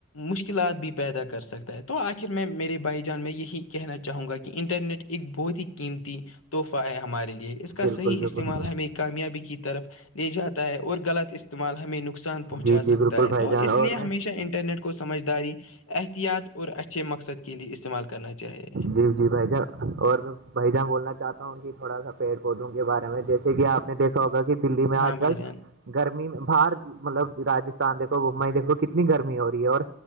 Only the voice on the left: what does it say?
مشکلات بھی پیدا کر سکتا ہے تو آخر میں میرے بائی جان میں یہی کہنا چاہوں گا کہ انٹرنیٹ ایک بہت ہی قیمتی تحفہ ہے ہمارے لیے اس کا
صحیح
استعمال ہمیں کامیابی کی طرف لے جاتا ہے اور غلط استعمال ہمیں نق نقصان پہنچا
سکتا
ہے
تو
اس
لیے ہمیشہ
انٹرنیٹ کو سمجھداری احتیاط اور اچھے مقصد کے لیے استعمال کرنا چاہیے
ہاں بھائی
جان